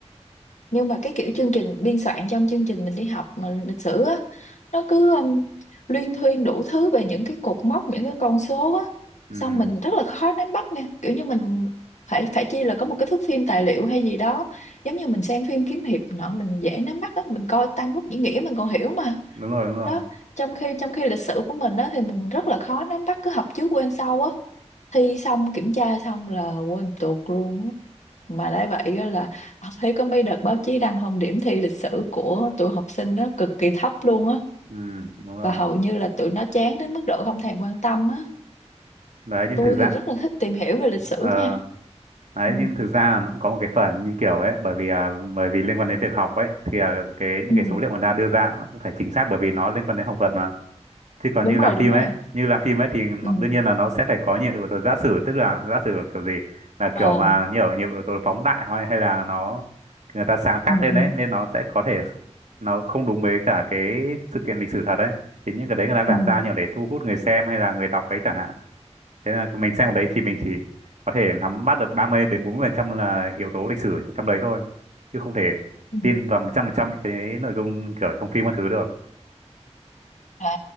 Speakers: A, on the left; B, on the right.
A: nhưng mà cái kiểu chương trình biên soạn trong chương trình mình đi học mà lịch sử á nó cứ um, luyên thuyên đủ thứ về những cái cột mốc những cái con số á
B: ừ,
A: xong mình rất là khó nắm bắt nha kiểu như mình phải phải chi là có một cái thước phim tài liệu hay gì đó giống như mình xem phim kiếm hiệp nọ mình dễ nắm bắt á mình coi Tam Quốc diễn nghĩa mình còn hiểu mà
B: đúng rồi đúng rồi
A: đó trong khi trong khi lịch sử của mình á thì mình rất là khó nắm bắt cứ học trước quên sau á thi xong kiểm tra xong là quên tuột luôn á mà đã vậy á là <laughs> ông thấy có mấy đợt báo chí đăng không điểm thi lịch sử của tụi học sinh nó cực kỳ thấp luôn á
B: ừ, đúng rồi
A: và hầu như là tụi nó chán đến mức độ không thèm quan tâm á
B: đấy nhưng
A: tôi
B: thực
A: thì
B: ra
A: rất là thích tìm hiểu về lịch sử
B: ờ
A: nha
B: đấy
A: ừ,
B: nhưng thực ra nó cũng có một cái phần như kiểu ấy bởi vì à, bởi vì liên quan đến việc học ấy thì à, cái những
A: ừ,
B: cái số liệu người ta đưa ra cũng phải chính xác bởi vì nó liên quan đến học thuật mà chứ còn
A: đúng
B: như làm
A: rồi
B: phim
A: đúng
B: ấy
A: rồi
B: như làm phim ấy thì nó,
A: ừ,
B: đương nhiên là nó sẽ phải có nhiều yếu tố giả sử tức là giả sử kiểu gì là
A: ờ,
B: kiểu mà nhiều nhiều yếu tố phóng đại hay hay là nó người ta sáng tác
A: ừ,
B: lên
A: ừ,
B: ấy nên nó sẽ có thể nó không đúng với cả cái sự kiện lịch sử thật đấy thì những cái đấy người ta làm
A: ừ,
B: ra nhiều để thu hút người xem hay là người đọc đấy chẳng hạn thế là mình
A: ừ,
B: xem ở đấy thì mình chỉ có thể nắm bắt được 30 đến 40 phần trăm là yếu tố lịch sử trong đấy thôi chứ không thể
A: ừ.
B: tin vào 100 phần trăm những cái nội dung kiểu trong phim các thứ được
A: À,